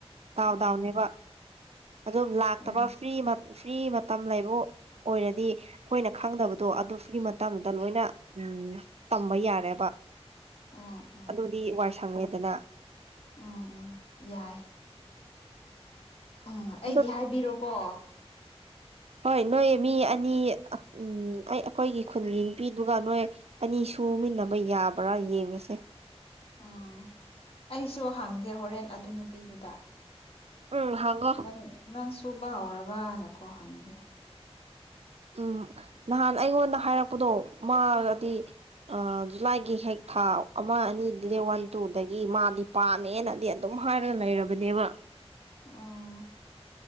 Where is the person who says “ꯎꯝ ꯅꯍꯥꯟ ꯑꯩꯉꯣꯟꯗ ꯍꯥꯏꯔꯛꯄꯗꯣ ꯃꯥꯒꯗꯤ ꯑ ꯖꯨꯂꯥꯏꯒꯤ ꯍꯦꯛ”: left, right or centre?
Right